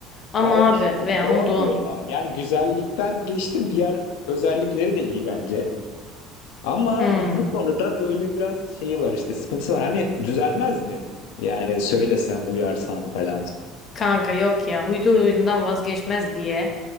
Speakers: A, on the left; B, on the left.
A: Ama
B: yani işte
A: abi
B: onda
A: veya onda
B: on
A: on.
B: diyorum ama yani güzellikten geçtim diğer özellikleri de iyi bence. Ama
A: Hmm.
B: bu konuda böyle biraz şeyi var işte sıkıntısı var. Hani düzelmez mi? Yani söylesem uyarsam falan.
A: Kanka yok ya. Huylu huyundan vazgeçmez diye.